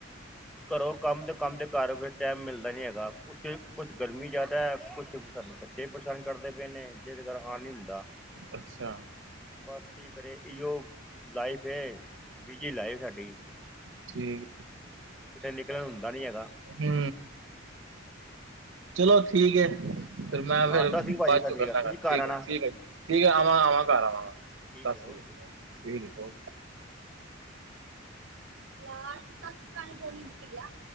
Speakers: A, in the centre; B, on the right (about 75°).
A: ਘਰੋ ਕੰਮ ਤੇ, ਕੰਮ ਤੋ ਘਰ, ਫਿਰ ਟਾਈਮ ਮਿਲਦਾ ਨੀ ਹੈਗਾ। ਕੁ ਕੁਝ ਗਰਮੀ ਜ਼ਿਆਦਾ ਕੁਛ ਫੇਰ ਤੁਹਾਨੂੰ ਪਤਾ ਬੱਚੇ ਪਰੇਸ਼ਾਨ ਕਰਦੇ ਪਏ ਨੇ ਜਿਹਦੇ ਕਰ ਆ ਨੀ ਹੁੰਦਾ।
B: ਅੱਛਾ।
A: ਬਸ ਕੀ ਕਰੀਏ ਇਹੋ ਲਾਈਫ ਏ, ਬਿਜੀ ਲਾਈਫ ਸਾਡੀ।
B: ਠੀਕ
A: ਕਿਤੇ ਨਿਕਲਣ ਹੁੰਦਾ ਨੀ ਹੈਗਾ।
B: ਹੂੰ। ਚਲੋ ਠੀਕ ਏ, ਫਿਰ ਮੈਂ
A: ਹਾਂ
B: ਫੇਰ
A: ਸਤਿ ਸ਼੍ਰੀ ਅਕਾਲ
B: ਬਾਦ
A: ਭਾਜੀ ਸਤਿ
B: ਚੋ
A: ਸ਼੍ਰੀ
B: ਕਰਨਾ
A: ਅਕਾਲ
B: ਆ
A: ਤੁਸੀਂ
B: ਗੱਲ।
A: ਘਰ
B: ਠੀਕ
A: ਆਉਣਾ
B: ਏ, ਠੀਕ ਏ ਜੀ। ਠੀਕ ਆਵਾਂ ਘਰ ਆਵਾਂਗਾ ਆਵਾਂਗਾ
A: ਠੀਕ
B: ਸਤਿ
A: ਹੈ ਓਕੇ
B: ਸ਼੍ਰੀ ਅਕਾਲ ਠੀਕ ਹੈ ਲਾਸਟ ਸਤ ਸਰੀ ਕਾਲ ਹੁੰਦੀ ਪਈ ਆ